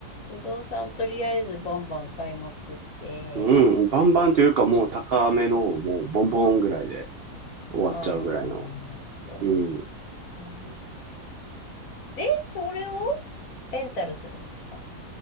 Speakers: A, on the left (about 60°); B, on the right (about 75°).
A: 不動産とりあえずバンバン買いまくって、
B: うん、バンバンというか、もう高めの、もうボンボンぐらいで。終わっちゃうぐらいの。
A: ああ、そうですね。
B: うん。
A: うんで、それをレンタルするんですか